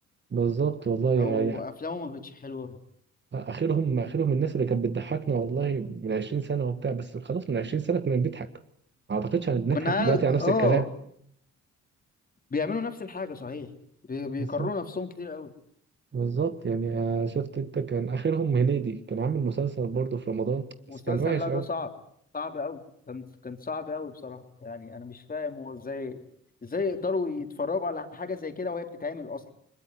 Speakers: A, on the right; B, on the left.
A: بالظبط والله
B: او
A: يعني
B: افلامه ما بقتش حلوه
A: اخرهم اخرهم الناس اللي كانت بتضحكنا والله من 20 سنه وبتاع بس خلاص من 20 سنه كنا بنضحك ما اعتقدش ان بنضحك
B: كنا
A: دلوقتي
B: عايز-
A: على
B: اه
A: نفس الكلام
B: بيعملوا نفس الحاجه صحيح بي- بيكرروا
A: بالظبط
B: نفسهم كتير قوي
A: بالظبط يعني آه، شفت انت كان اخرهم هنيدي كان عامل مسلسل برضه في رمضان
B: مسلسل
A: بس كان وحش
B: لا
A: قوي
B: ده صعب صعب قوي كان كان صعب قوي بصراحة يعني انا مش فاهم هو ازاي ازاي يقدروا يتفرجوا على حاجة زي كده وهي بتتعمل اصلا